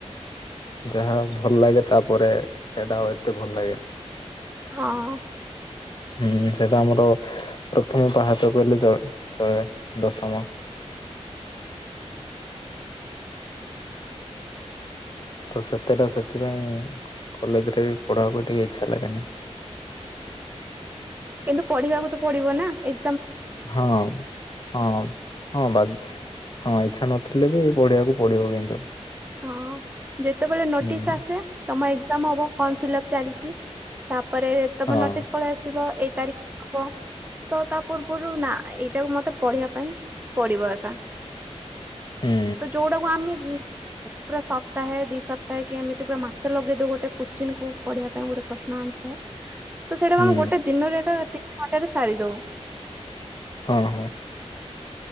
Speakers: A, on the left (about 40°); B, on the right (about 15°).
A: ଯାହା ଭଲ ଲାଗେ ତାପରେ ସେଇଟା ଆଉ ଏତେ ଭଲ ଲାଗେନି।
B: ହଁ।
A: ହୁଁ ସେଇଟା ଆମର ପ୍ରଥମ ପାହାଚ କହିଲେ ଚଳେ। ଦଶମ।
B: <inaudible>
A: ତ ସେ ମତେଟ ସେଥିପାଇଁ କଲେଜରେ ପଢବାକୁ ଟିକେ ଇଚ୍ଛା ଲାଗେନି।
B: କିନ୍ତୁ ପଢିବାକୁ ତ ପଡିବ ନା ଏ
A: ହଁ ହଁ ହଁ ହଁ ଇଛା ନଥିଲେ ବି ପଢିବାକୁ ପଡିବ କିନ୍ତୁ।
B: ହଁ ଯେତେବେଳେ ନୋଟିସ୍
A: ହୁଁ
B: ଆସେ ତମ ଏକ୍ଜାମ ହବ ଫର୍ମ ଫିଲ୍ପ ଚାଲି ତାପରେ ତମର
A: ହଁ
B: ନୋଟିସ୍ ପଳେଇ ଆସିବ ଏଇ ତାରିଖରେ ହବ ତ ତା ପୁର୍ବରୁ ପୂରୁ ନା ଏଇଟାକୁ ମତେ ପଢିବା ପାଇଁ ପଡିବ ଏକା।
A: ହୁଁ।
B: ତ ଯୋଉଟାକୁ ଆମେ ପୁରା ସପ୍ତାହେ ଦି ସପ୍ତାେ କି ଏମିତି ପୁରା ମାସେ ଲଗେଇ ଦଉ ଗୋଟେ କୋଶ୍ଚି କୁ ପଢିବା ପାଇଁ ଗଟେ ପ୍ରଶ୍ନ ଆନସର ତ ସେଇଟାକୁ
A: ହୁଁ
B: ଆମେ ଗୋଟେ ଦିନରେ ଏକ ତିନି ଘଟରେ ସାରି ଦଉ।
A: ହଁ ହଁ